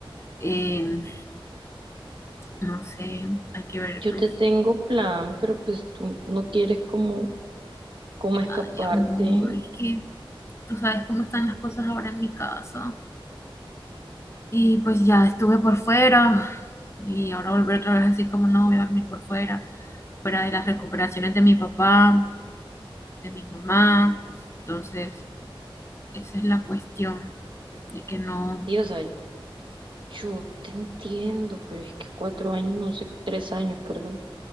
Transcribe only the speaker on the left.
eh, no sé, hay que ver
pues.
Ay, amor, es que tú sabes cómo están las cosas ahora en mi casa. Y pues ya estuve por fuera y ahora volver otra vez a decir como no, voy a dormir por fuera, fuera de las recuperaciones de mi papá, de mi mamá. Entonces... Esa es la cuestión de que no,